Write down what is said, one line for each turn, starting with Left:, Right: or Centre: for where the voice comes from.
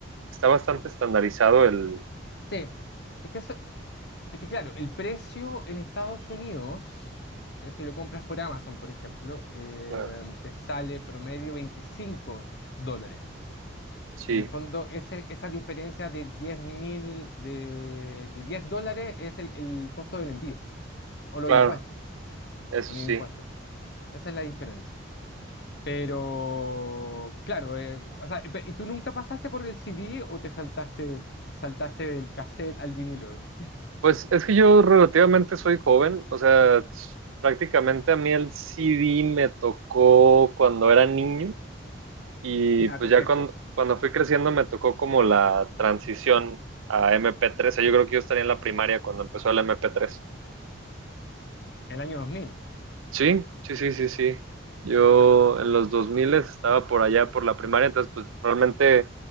Right: está bastante estandarizado el...
Left: Sí, es que, eso- es que claro, el precio en Estados Unidos, eh, si lo compras por Amazon, por ejemplo, eh,
Right: Claro.
Left: te sale promedio 25 dólares.
Right: Sí,
Left: En el fondo, ese, esa diferencia de diez mil, de, de 10 dólares es el, el costo del envío, o los
Right: claro,
Left: impuestos,
Right: eso
Left: o los
Right: sí.
Left: impuestos. Esa es la diferencia. Pero, claro, eh, o sea, pe- ¿y tú nunca pasaste por el CD o te saltaste, saltaste del cassette al vinilo? <laughs>
Right: Pues es que yo relativamente soy joven, o sea, prácticamente a mí el CD me tocó cuando era niño y
Left: Ya,
Right: pues
Left: perfecto.
Right: ya cuando, cuando fui creciendo me tocó como la transición a MP3, o sea, yo creo que yo estaría en la primaria cuando empezó el MP3.
Left: El año 2000.
Right: Sí, sí, sí, sí, sí. Yo en los 2000 estaba por allá por la primaria, entonces pues realmente